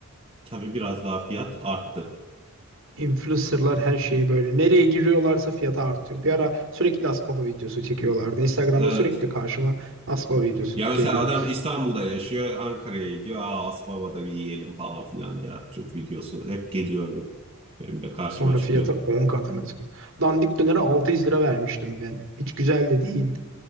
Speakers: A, on the right (about 25°); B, on the right (about 60°).
A: tabii biraz daha fiyat arttı.
B: Influencerlar her şeyi böyle. Nereye giriyorlarsa fiyatı artıyor. Bir ara sürekli Aspava videosu çekiyorlardı. Instagram'da
A: Ee,
B: sürekli karşıma Aspava videosu
A: Ya mesela
B: geliyordu.
A: adam İstanbul'da yaşıyor, Ankara'ya gidiyor. Aa Asbaba'da bir yiyelim falan filan diye. Çok videosu hep geliyordu. Benim de karşıma
B: Sonra
A: çıkıyordu.
B: fiyatı 10 katına çıkıyor. Dandik dönere 600 lira vermiştim ben. Hiç güzel de değildi.